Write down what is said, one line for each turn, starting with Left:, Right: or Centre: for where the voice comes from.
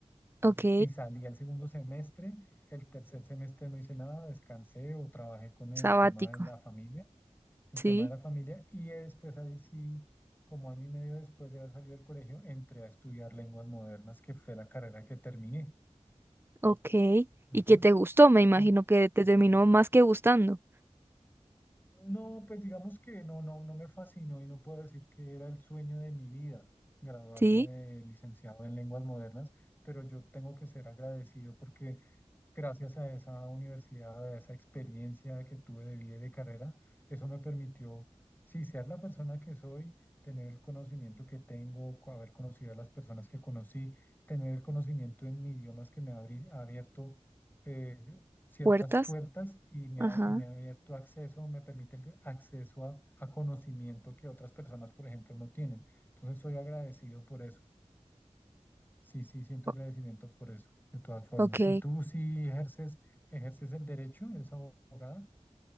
Right: Ok,
Left: Y salí al segundo semestre, el tercer semestre no hice nada, descansé o trabajé con el
Right: sabático,
Left: tema de la familia, el
Right: sí,
Left: tema de la familia, y después ahí sí, como año y medio después de haber salido del colegio, entré a estudiar lenguas modernas, que fue la carrera que terminé.
Right: ok.
Left: Ujú.
Right: Y que te gustó, me imagino
Left: Pues,
Right: que te terminó más que gustando.
Left: no, pues digamos que no, no, no me fascinó y no puedo decir que era el sueño de mi vida graduarme
Right: sí.
Left: de licenciado en lenguas modernas, pero yo tengo que ser agradecido porque gracias a esa universidad, a esa experiencia que tuve de vida y de carrera, eso me permitió, sí, ser la persona que soy, tener el conocimiento que tengo, co- haber conocido a las personas que conocí, tener el conocimiento en idiomas que me ha abri- ha abierto eh, ciertas
Right: Puertas,
Left: puertas y me
Right: ajá.
Left: ha, y me ha abierto acceso, me permite el acceso a, a conocimiento que otras personas, por ejemplo, no tienen. Entonces, soy agradecido por eso. Sí, sí, siento
Right: o-
Left: agradecimiento por eso, de todas formas.
Right: Ok,
Left: ¿Y tú sí ejerces, ejerces el derecho? ¿Eres abogada?